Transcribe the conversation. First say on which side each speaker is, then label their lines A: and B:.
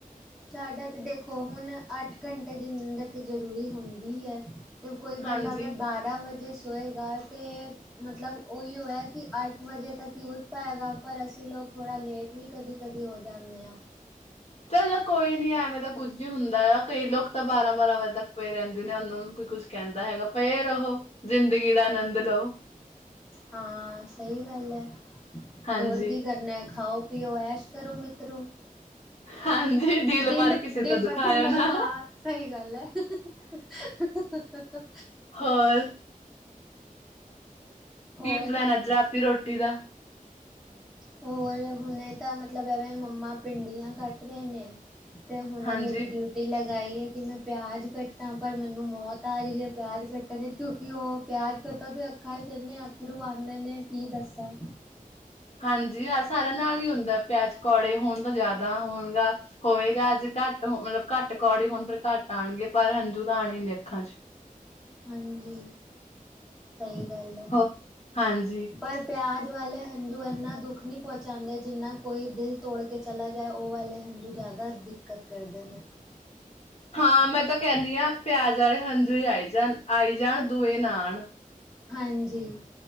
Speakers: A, in the centre; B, on the left.
A: ਸਾਡਾ ਤੇ ਦੇਖੋ ਹੁਣ ਅੱਠ ਘੰਟੇ ਦੀ ਨੀਂਦਰ ਤੇ ਜ਼ਰੂਰੀ ਹੁੰਦੀ ਹੈ। ਤੇ ਕੋਈ
B: ਹਾਂਜੀ।
A: ਬੰਦਾ ਅਗਰ ਬਾਰ ਰਾਂ ਵਜੇ ਸੋਏਗਾ ਤੇ ਮਤਲਬ ਓਈਔ ਐ ਕਿ ਅੱਠ ਵਜੇ ਤੱਕ ਹੀ ਉਠ ਪਾਏਗਾ ਪਰ ਅਸੀਂ ਲੋਕ ਥੋੜਾ ਲੇਟ ਵੀ ਕਦੀ, ਕਦੀ ਹੋ ਜਾਨੇ ਆਂ।
B: ਚਲੋ ਕੋਈ ਨੀ ਐਵੇਂ ਤਾਂ ਕੁੱਝ ਵੀ ਹੁੰਦਾ ਆ ਕਈ ਲੋਕ ਤਾਂ ਬਾਰਾਂ, ਬਾਰਾਂ ਵਜੇ ਤੱਕ ਪਏ ਰੈਂਦੇ ਨੇ ਓਨਾਂ ਨੂੰ ਕੋਈ ਕੁਛ ਕੈਂਦਾ ਹੈਗਾ ਪਏ ਰਹੋ, ਜ਼ਿੰਦਗੀ ਦਾ ਆਨੰਦ ਲਓ।
A: ਹਾਂ ਸਈ ਗੱਲ ਐ
B: ਹਾਂਜੀ,
A: ਹੋਰ ਕੀ ਕਰਨੈ ਖਾਓ ਪਿਓ ਐਸ਼ ਕਰੋ ਮਿੱਤਰੋਂ
B: ਹਾਂਜੀ।
A: ਦਿਲ,
B: ਭਰ ਕਿਸੇ ਦਾ
A: ਦਿਲ
B: ਦੁਖਾਇਓ
A: ਪਰ ਕਿਸੇ ਨਾਲ
B: ਨਾ
A: ਹਾਂ ਸਈ ਗੱਲ ਐ। ਹ, ਹ, ਹ, ਹ, ਹ।
B: ਹੋਰ?
A: ਹੋਰ
B: ਕੀ ਪਲੈਨ ਅੱਜ ਰਾਤੀ ਰੋਟੀ ਦਾ?
A: ਹੋਰ ਹੁਣੇ ਤਾਂ ਮਤਲਬ ਐਵੇਂ ਮੰਮਾ ਭਿੰਡੀਆਂ ਕੱਟ ਰਏ ਨੇ। ਤੇ ਹੁਣੇ
B: ਹਾਂਜੀ।
A: ਮੇਰੀ ਡਿਊ ਟੀ ਲਗਾਈ ਏ ਕਿ ਮੈਂ ਪਿਆਜ਼ ਕੱਟਾਂ ਪਰ ਮੈਨੂੰ ਮੌਤ ਆ ਰੀ ਏ ਪਿਆਜ਼ ਕੱਟਣ ਇਚ ਕਿਉਂਕਿ ਓ ਪਿਆਜ ਕੱਟੋ ਤੇ ਅੱਖਾਂ ਚ ਇਨੇ ਅੱਥਰੂ ਆਂਦੇ ਨੇ ਕੀ ਦੱਸਾਂ।
B: ਹਾਂਜੀ ਹਾ ਸਾਰਿਆ ਨਾਲ ਈ ਹੁੰਦਾ ਪਿਆਜ ਕੌੜੇ ਹੋਣ ਤਾ ਜ਼ਿਆਦ ਨਾ ਹੋਣਗਾ ਹੋਏਗਾ ਅੱਜ ਘੱਟ ਮਤਲਬ ਘੱਟ ਕੌੜੇ ਹੁਣ ਫਿਰ ਘੱਟ ਆਣਗੇ ਪਰ ਹੰਜੂ ਤਾਂ ਆਣੇ ਨੇ ਅੱਖਾਂ ਚ
A: ਹਾਂਜੀ, ਸਹੀ ਗੱਲ ਐ।
B: ਹੋ ਹਾਂਜੀ।
A: ਪਰ ਪਿਆਜ ਵਾਲੇ ਹੰਝੂ ਇੰਨਾ ਦੁੱਖ ਨਹੀਂ ਪਹੁੰਚਾਦੇ ਜਿੰਨਾ ਕੋਈ ਦਿਲ ਤੋੜ ਕੇ ਚਲਾ ਜਾਏ ਉਹ ਵਾਲੇ ਹੰਝੂ ਜ਼ਿਆਦਾ ਦਿੱਕਤ ਕਰਦੇ ਨੇ।
B: ਹਾਂ ਮੈਂ ਤਾਂ ਕਹਨੀ ਹਾਂ ਪਿਆਜ ਵਾਲੇ ਹੰਜੂ ਹੀ ਆਈ ਜਾਣ, ਆਈ ਜਾਣ ਦੂਏ ਨਾ ਆਣ।
A: ਹਾਂਜੀ।